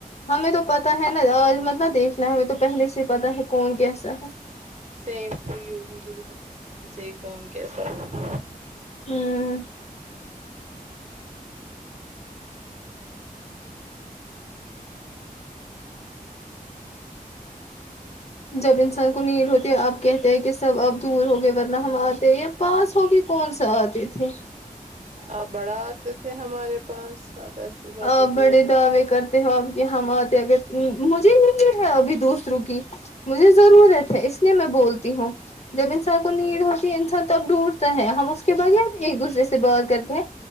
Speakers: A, on the left; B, on the right.
A: ہمیں تو پتا ہے نا آج مطلب دیکھ میں ہمیں تو پہلے سے ہی پتاہ ہے کون کیسا ہے
B: سیم تو یو مجھے بھی پتا ہے کون کیسا ہے
A: ہوں جب انسان کو نیڈ ہوتی ہے آپ کہتے ہیں کہ سب آپ دور ہو گئے ورنہ ہم آتے پاس ہو کے کون سا آتے تھی
B: آپ بڑا آتے تھے ہمارے پاس آپ ایسے بات
A: آپ
B: بول
A: بڑے دعوے کرتے ہو اب کہ ہم آتے مجھے نہیں ہے ابھی دوسروں کی مجھے ضرورت ہے اس لیے میں بولتی ہوں جب انسان کو نیڈ ہوتی ہے انسان تب ڈھونڈتا ہے ہم اس کے بغیر ایک دوسرے سے بات کرتے ہیں